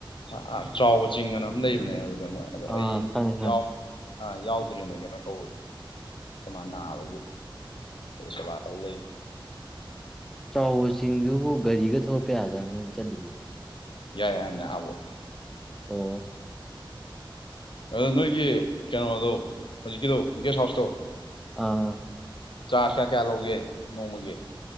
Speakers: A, on the left; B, in the centre.
A: <unintelligible> ꯆꯥꯎꯕ ꯆꯤꯡ ꯍꯥꯏꯅꯥ ꯑꯃ ꯂꯩꯕꯅꯦ ꯑꯗꯨꯗ
B: ꯑꯥ
A: ꯑꯩ
B: ꯈꯪꯉꯦ ꯈꯪꯉꯦ
A: ꯌꯥꯎ ꯑꯥ ꯌꯥꯎꯗ꯭ꯔꯤꯅꯦ ꯀꯩꯅꯣ ꯇꯧꯕ ꯑꯩꯈꯣꯏ ꯃꯥ ꯅꯕꯒꯤ ꯁꯦꯕꯥ ꯇꯧ ꯂꯩ
B: ꯆꯥꯎꯕ ꯆꯁꯤꯡꯗꯨꯕꯨ ꯒꯥꯔꯤꯒ ꯊꯧꯒꯠꯄ ꯌꯥꯖꯔꯥ ꯃꯣꯏꯅ ꯆꯠꯂꯤꯗꯨꯕꯨ
A: ꯌꯥꯏ ꯍꯥꯏꯝꯅꯦ ꯑꯥꯕꫭꯛ
B: ꯑꯣ
A: ꯑꯗꯨ ꯅꯣꯏꯒꯤ ꯀꯩꯅꯣꯗꯣ ꯍꯧꯖꯤꯛꯀꯤꯗꯣ ꯒꯦꯁ ꯍꯥꯎꯁꯇꯣ
B: ꯑ
A: ꯆꯥꯔꯖ ꯀꯌꯥ ꯀꯌꯥ ꯂꯧꯒꯦ ꯅꯣꯡꯃꯒꯤ